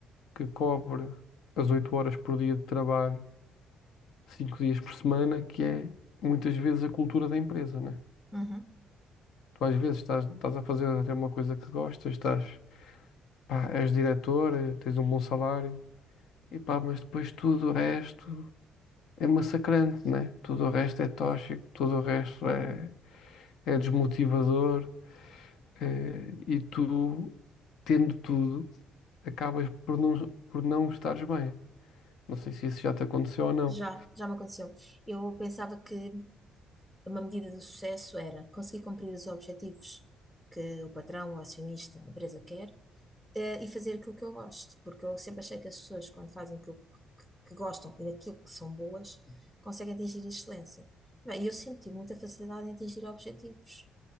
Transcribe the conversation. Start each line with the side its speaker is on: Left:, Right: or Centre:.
Left: que cobre as 8 horas por dia de trabalho, 5 dias por semana, que é muitas vezes a cultura da empresa, né?
Centre: Uhum.
Left: Tu às vezes estás, estás a fazer até uma coisa que gostas, estás, pá, és diretor, eh, tens um bom salário, e pá, mas depois tudo o resto é massacrante, né? Tudo o resto é tóxico, tudo o resto é, é desmotivador, eh, e tu, tendo tudo, acabas por não, por não estares bem. Não sei se isso já te aconteceu ou não.
Centre: Já, já me aconteceu. Eu pensava que uma medida do sucesso era conseguir cumprir os objetivos que o patrão, o acionista, a empresa quer, eh, e fazer aquilo que eu gosto, porque eu sempre achei que as pessoas, quando fazem aquilo que, que gostam e daquilo que são boas, conseguem atingir a excelência. Bem, eu sempre tive muita facilidade em atingir objetivos.